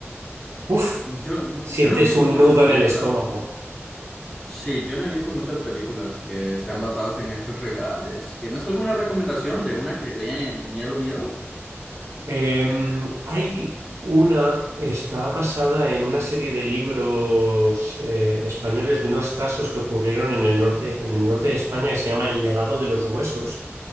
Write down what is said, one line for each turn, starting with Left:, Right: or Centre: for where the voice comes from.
Right: uff,
Centre: Yo,
Right: sientes
Centre: yo no he visto
Right: un
Centre: muchas
Right: nudo
Centre: películas
Right: en el estómago.
Centre: Sí, yo no he visto muchas películas que sean basadas en hechos reales. ¿Tienes alguna recomendación de una que dé miedo, miedo?
Right: Eh, hay una, está basada en una serie de libros eh, españoles de unos casos que ocurrieron en el norte, en el norte de España que se llama El legado de los huesos